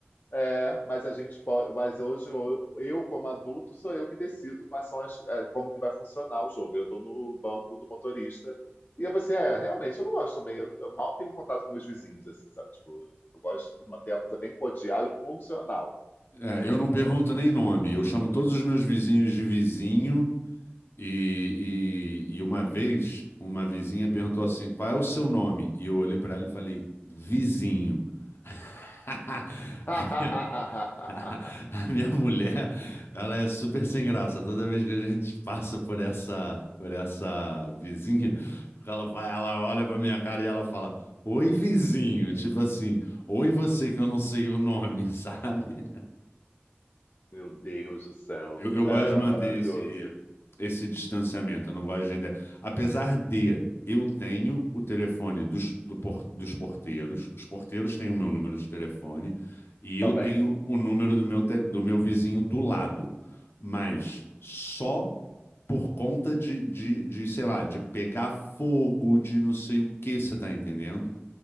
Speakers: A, on the left; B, on the left.
A: É, mas a gente pode. Mas hoje eu, eu, como adulto, sou eu que decido quais são as, é, como que vai funcionar o jogo. Eu estou no banco do motorista e eu pensei, é, realmente eu não gosto também. Eu, eu mal tenho contato com meus vizinhos, assim, sabe? Tipo, eu gosto de manter a coisa bem cordial e funcional,
B: É,
A: sabe?
B: eu não pergunto nem nome, eu chamo todos os meus vizinhos de vizinho. E, e, e uma vez, uma vizinha
A: Hum.
B: perguntou assim: qual é o seu nome? E eu olhei para ela e falei: vizinho. <laughs>
A: <laughs>
B: A minha, a a minha mulher, ela é super sem graça. Toda vez que a gente passa por essa, por essa vizinha, porque ela, vai- ela olha pra minha cara e ela fala: Oi, vizinho. Tipo assim, oi, você que eu não sei o nome, <laughs> sabe?
A: Meu Deus do céu.
B: Eu, eu gosto
A: É,
B: de manter
A: maravilhoso.
B: esse, esse distanciamento. Eu não gosto de ideia. Apesar de eu tenho o telefone dos, do por- dos porteiros, os porteiros têm o meu número de telefone e eu
A: Também.
B: tenho o número do meu, te- do meu vizinho do lado, mas só por conta de, de, de, sei lá, de pegar fogo, de não sei o que, você tá entendendo?